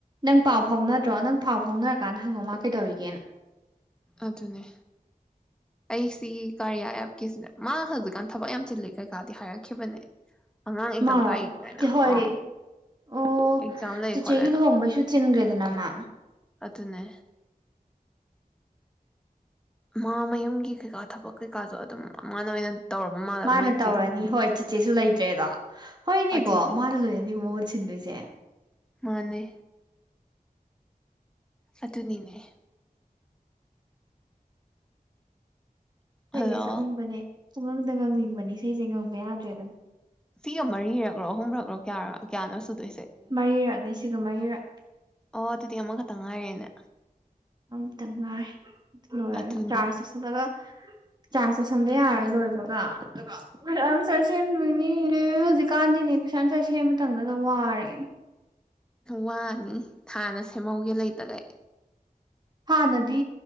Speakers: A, on the right (about 30°); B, in the centre.
A: ꯅꯪ ꯄꯥꯎ ꯐꯥꯎꯅꯗ꯭ꯔꯣ ꯅꯪ ꯐꯥꯎ ꯐꯥꯎꯅꯔꯀꯥꯟꯗ ꯍꯪꯉꯣ ꯃꯥ ꯀꯩꯗꯧꯔꯤꯒꯦꯅ
B: ꯑꯗꯨꯅꯦ ꯑꯩꯁꯤ ꯀꯥꯔꯤꯌꯥ ꯑꯦꯞꯀꯤꯁꯤꯗ ꯃꯥ ꯍꯧꯖꯤꯛꯀꯥꯟ ꯊꯕꯛ ꯌꯥꯝ ꯆꯤꯜꯂꯦ ꯀꯩꯀꯥꯗꯤ ꯍꯥꯏꯔꯛꯈꯤꯕꯅꯦ ꯑꯉꯥꯡ ꯑꯦꯛꯖꯥꯝ
A: ꯃꯥꯣ
B: ꯇꯥꯛꯏ ꯀꯥꯏꯅ
A: ꯍꯣꯏ
B: ꯑꯥ
A: ꯑꯣ
B: ꯑꯦꯛꯖꯥꯝ ꯂꯩ
A: ꯆꯤꯆꯦꯒꯤ
B: ꯈꯣꯠꯂꯦꯅ
A: ꯂꯨꯍꯣꯡꯕꯩꯁꯨ ꯆꯤꯟꯈ꯭ꯔꯦꯗꯅꯃ
B: ꯑꯗꯨꯅꯦ ꯃꯥ ꯃꯌꯨꯝꯒꯤ ꯀꯩꯀꯥ ꯊꯕꯛ ꯀꯩꯀꯥꯁꯨꯣ ꯑꯗꯨꯝ ꯃꯥꯅ ꯑꯣꯏꯅ ꯇꯧꯔꯕ ꯃꯥꯜꯂꯦ
A: ꯃꯥꯅ
B: ꯃꯣꯏ ꯆꯦ
A: ꯇꯧꯔꯅꯤ
B: ꯊꯣꯡꯕ
A: ꯍꯣꯏ ꯆꯤꯆꯦꯁꯨ ꯂꯩꯇꯦ ꯆꯦꯗ ꯍꯣꯏ ꯏꯅꯦ
B: ꯑꯗꯨꯅꯦ
A: ꯀꯣ ꯃꯥꯜ ꯂꯣꯏ ꯑꯦꯅꯦ ꯀꯣ ꯃ ꯁꯤꯟꯗꯣꯏꯁꯦ
B: ꯃꯥꯅꯦ ꯑꯗꯨꯅꯤꯅꯦ
A: ꯏꯁꯩꯁꯦ
B: ꯍꯜꯂꯣ
A: ꯁꯛꯅꯤꯡꯕꯅꯦ ꯄꯨꯈꯪꯗ ꯉꯪꯅꯤꯡꯕꯅꯤ ꯏꯁꯩꯁꯦ ꯉꯪꯕ ꯌꯥꯗ꯭ꯔꯦꯗꯅ
B: ꯁꯤꯒ ꯃꯔꯤꯔꯛ꯭ꯔꯣ ꯑꯍꯨꯝꯔꯛꯂꯣ <unintelligible> ꯀꯌꯥꯅꯣ ꯁꯨꯗꯣꯏꯁꯦ
A: ꯃꯔꯤꯔꯛꯅꯦ ꯁꯤꯒ ꯃꯔꯤꯔꯛ꯫
B: ꯑꯣ ꯑꯗꯨꯗꯤ ꯑꯃꯈꯛꯇ ꯉꯥꯏꯔꯦꯅꯦ꯫
A: ꯑꯝꯇ ꯉꯥꯏ ꯂꯣꯏꯔ
B: ꯑꯗꯨꯅꯤ
A: ꯆꯥꯔꯖ ꯆꯧꯁꯤꯜꯂꯒ꯫ ꯆꯥꯔꯖ ꯇꯧꯁꯟꯗ ꯌꯥꯔꯔꯣꯏ ꯂꯣꯏꯕꯒ ꯑꯗꯨꯒ ꯀꯣꯏꯁꯟ ꯑꯟꯁꯔ ꯁꯦꯝꯗꯣꯏꯅꯤ ꯍꯧꯖꯤꯛꯀꯥꯟꯗꯤꯅꯦ ꯀꯣꯏꯁꯟ ꯑꯟꯁꯔ ꯁꯦꯝ ꯃꯇꯝꯗꯗ ꯋꯥꯔꯦ
B: ꯋꯥꯅꯤ ꯊꯥꯅ ꯁꯦꯝꯍꯧꯒꯦ ꯂꯩꯇꯒꯩ
A: ꯍꯥꯟꯅꯗꯤ